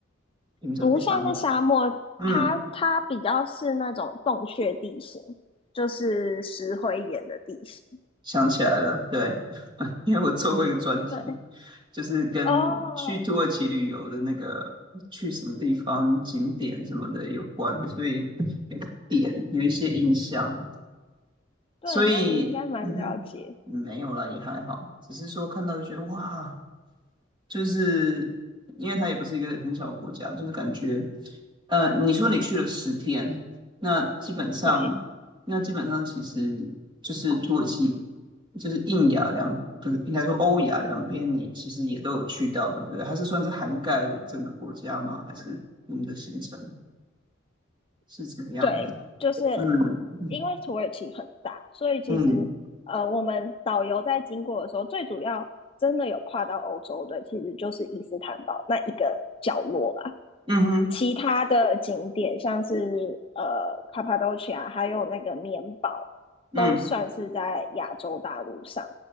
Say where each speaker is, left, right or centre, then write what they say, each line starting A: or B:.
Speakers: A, on the right; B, on the left.
A: 停着非常，
B: 不算是沙漠，
A: 嗯
B: 它它比较是那种洞穴地形，就是石灰岩的地形。
A: 想起来了，对，<laughs> 因为我做过一个专题，
B: 对，
A: 就是跟去土耳其旅游的那个去什么地方景点什么的有关，
B: 哦，
A: 所以有个点有一些印象，
B: 对，
A: 所以嗯哼，
B: 那你应该蛮了解。
A: 没有啦，也还好，只是说看到就觉得哇，就是因为它也不是一个很小的国家，就是感觉，呃，你说你去了十天，那基本上，
B: 对
A: 那基本上其实就是土耳其，就是印亚两，不是应该说欧亚两边，你其实也都有去到，对不对？它是算是涵盖整个国家吗？还是你们的行程是怎么样的？
B: 对，就是
A: 嗯嗯
B: 因为土耳其很大，所以其实呃，
A: 嗯
B: 我们导游在经过的时候，最主要真的有跨到欧洲的，其实就是伊斯坦堡那一个角落啦。
A: 嗯哼
B: 其他的景点，像是呃卡帕多奇亚，还有那个棉堡，
A: 嗯
B: 都算是在亚洲大陆上。